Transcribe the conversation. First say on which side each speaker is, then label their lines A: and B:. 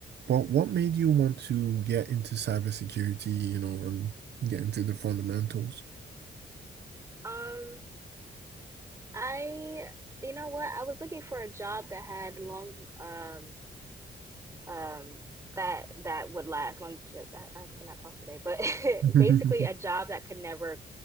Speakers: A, on the right; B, on the right.
A: But what made you want to get into cybersecurity, you know, and get into the fundamentals?
B: Um, I, you know what? I was looking for a job that had long, um, um, that that would last long. I, I cannot talk today, but
A: <laughs>
B: <laughs> basically a job that could never,